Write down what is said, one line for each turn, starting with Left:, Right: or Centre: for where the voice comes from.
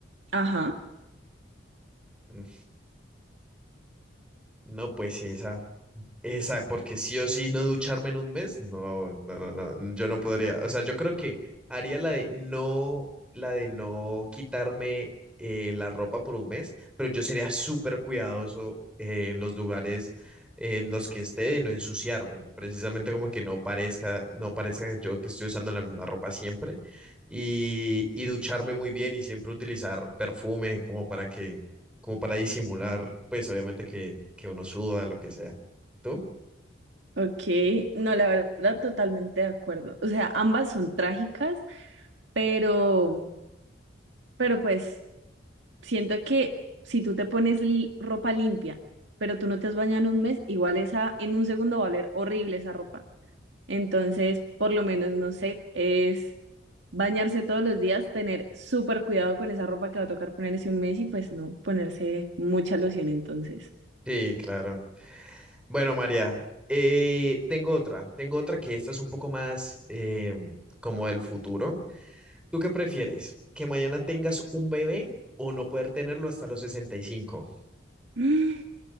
Right: Ajá,
Centre: Mm, No, pues sí, esa, esa, porque sí o sí no ducharme en un mes, no, no, no, no, yo no podría. O sea, yo creo que haría la de no, la de no quitarme eh, la ropa por un mes, pero yo sería súper cuidadoso eh, en los lugares en los que esté de no ensuciarme, precisamente como que no parezca, no parezca yo que estoy usando la misma ropa siempre y, y ducharme muy bien y siempre utilizar perfume como para que como para disimular, pues obviamente que, que uno suda, lo que sea. ¿Tú?
Right: ok. No, la verdad, totalmente de acuerdo. O sea, ambas son trágicas, pero, pero pues siento que si tú te pones li- ropa limpia, pero tú no te has bañado en un mes, igual esa en un segundo va a oler horrible esa ropa. Entonces, por lo menos, no sé, es bañarse todos los días, tener súper cuidado con esa ropa que va a tocar ponerse un mes y pues no ponerse mucha loción entonces.
Centre: Sí, claro. Bueno, María, eh, tengo otra, tengo otra que esta es un poco más eh, como del futuro. ¿Tú qué prefieres? ¿Que mañana tengas un bebé o no poder tenerlo hasta los sesenta y cinco
Right: <gasps>